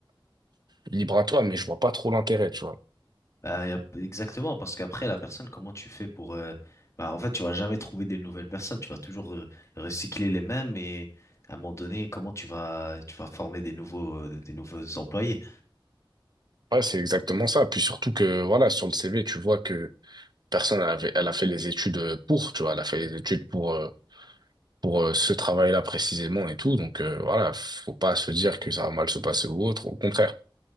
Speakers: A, on the right (about 50°); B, on the left (about 35°).
A: libre à toi, mais je vois pas trop l'intérêt, tu vois.
B: Bah, y a- exactement, parce qu'après, la personne, comment tu fais pour... euh, Bah, en fait, tu vas jamais trouver des nouvelles personnes, tu vas toujours euh, recycler les mêmes et à un moment donné, comment tu vas tu vas former des nouveaux euh, des nouveaux employés?
A: Ouais, c'est exactement ça. Puis surtout que, voilà, sur le CV, tu vois que personne elle avait, elle a fait les études euh, pour, tu vois, elle a fait les études pour, euh, pour euh, ce travail-là précisément et tout. Donc, euh, voilà, faut pas se dire que ça va mal se passer ou autre. Au contraire,